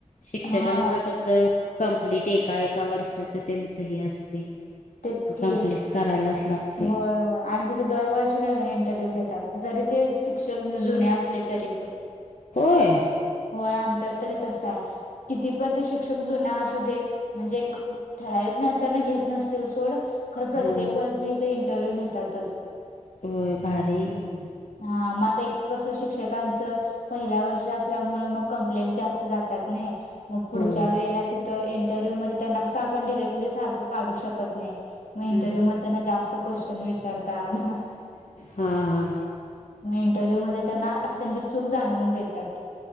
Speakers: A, on the left; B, on the left.
A: शिक्षकांचं
B: हा
A: कसं कंप्लीट एका एका वर्षाच त्यांचंही असते ते
B: तेच की
A: कम्प्लीट करायलाच लागते
B: होय होय आणि तिथे दरवर्षी नवीन इंटरव्ह्यू घेतात जरी ते शिक्षक जुने असले तरी पण
A: होय
B: होय आमच्यात तरी तसं आहे किती पण ते शिक्षक जुना असू दे म्हणजे ठराविक नंतर न घेत नसते ते सोड खर प्रत्येक
A: हम्म
B: वर्षी इथ इंटरव्ह्यू घेतातच.
A: ओय भारीय की
B: हा म आता एक कस शिक्षकांचं पहिल्या वर्ष असल्यामुळ मग कंप्लेंट जास्त जातात नई मग पूडच्या
A: होय.
B: वेळेला तिथं इंटरव्ह्यू मदे त्यांना कसं आपण डिरेक्टली सारक काडु शकत नाई म
A: हम्म
B: इंटरव्ह्यू मदे त्यांना ज्यास्त क्वेश्चन विचारतात
A: हा हा
B: म इंटरव्ह्यू मध्ये त्यांना अस त्यांची चूक जाणवून देतात